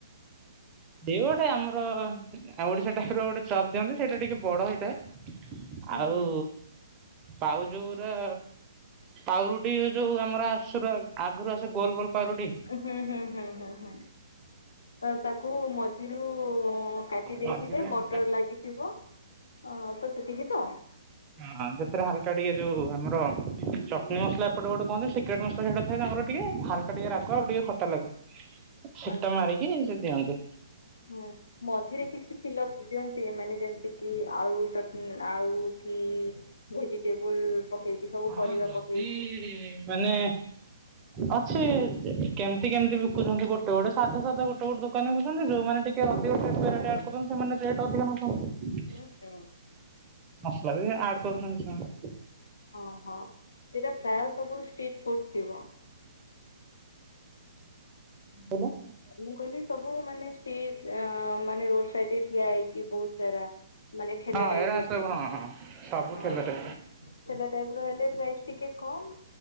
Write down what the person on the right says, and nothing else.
ଦ ଗୋଟେ ଆମର ଓଡିଶା ଟାଇପ ଗୋଟେ ଚପ୍ ଦିଅନ୍ତି ସେଇଟା ଟିକେ ବଡ ହେଇଥାଏ।
ଆଉ
ପାଉଜୁ ଉରା ପାଉରୁଟି ଯୋଉ ଆମର ଆ ଆଗରୁ ଆସେ ଗୋଲ ଗୋଲ ପାଉାରୁଟି
ମଝିରେ
ହଁ ସେଥିରେ ହାଲକା ଟିକେ ଯୋଉ ଆମର ଚଟଣିୀ ମସଲା ଏପଟେ ଗୋଟେ କୁହନ୍ତି ସିକ୍ରେଟ ମସଲା ତ ସେଟା ଥାଏ ତାଙ୍କର ଟିକେ ହାଲକା ଟିକେ ରାଗ ଆଉ ଟିକେ ଖଟା ଲାଗେ ଶୀତ
ମାରିକି
ସେ ଦିଅନ୍ତି।
ହଁ
ଯଦି
ମାନେ ଅଛେ କେମିତି କେମିତି ବିକୁଚନ୍ତି ଗୋଟେ ଗୋଟେ ସାଧା ସାଧା ଗୋଟେ ଗୋଟେ ଦୋ ଦୋକାନ କହୁଚନ୍ତି ଯୋଉମାନେ ଟିକେ ଅଧିକୁଚନ୍ତି ସେମାନେ ଅଧିକ ନଉଚନ୍ତି।
ମସଲା ବି ଆଡ୍ କରୁଚନ୍ତି ସେ।
<unintelligible>
ହଁ
ଏରା
ସବୁ ହଁ ହଁ ସବୁ
ଠେଲାରେ